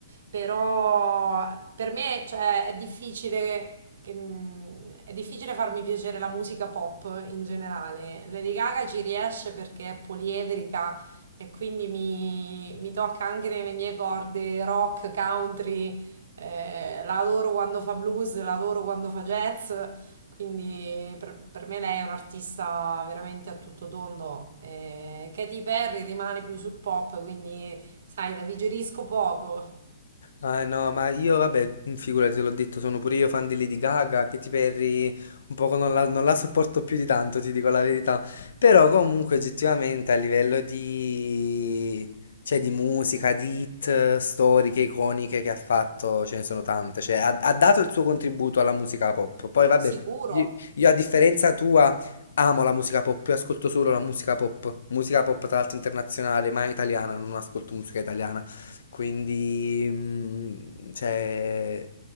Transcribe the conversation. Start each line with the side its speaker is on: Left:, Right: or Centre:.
Right: però per me, cioè, è difficile, che- mm, è difficile farmi piacere la musica pop in generale. Lady Gaga ci riesce perché è poliedrica e quindi mi, mi tocca anche nelle mie corde rock, country, eh, la adoro quando fa blues, la adoro quando fa jazz. Quindi per, per me lei è un'artista veramente a tutto tondo. Eh, Katy Perry rimane più sul pop, quindi sai, la digerisco poco.
Left: Ah no, ma io vabbè, mm, figurati, te l'ho detto, sono pure io fan di Lady Gaga, Katy Perry, un poco non la, non la sopporto più di tanto, ti dico la verità. Però comunque oggettivamente a livello di... cioè di musica, di hit, storiche, iconiche che ha fatto, ce ne sono tante, cioè ha, ha dato il suo contributo alla musica pop. Poi vabbè,
Right: Sicuro.
Left: io, io a differenza tua amo la musica pop, io ascolto solo la musica pop, musica pop tra l'altro internazionale, mai italiana, non ascolto musica italiana. Quindi, mh, cioè,